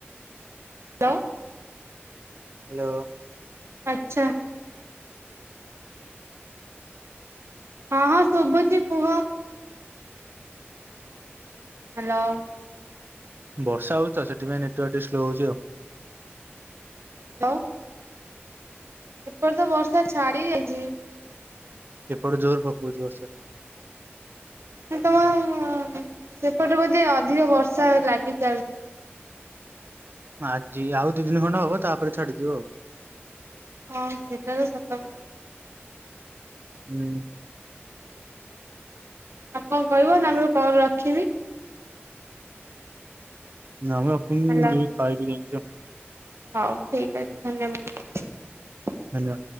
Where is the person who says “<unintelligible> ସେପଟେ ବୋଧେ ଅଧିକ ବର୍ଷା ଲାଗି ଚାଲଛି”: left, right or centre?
Right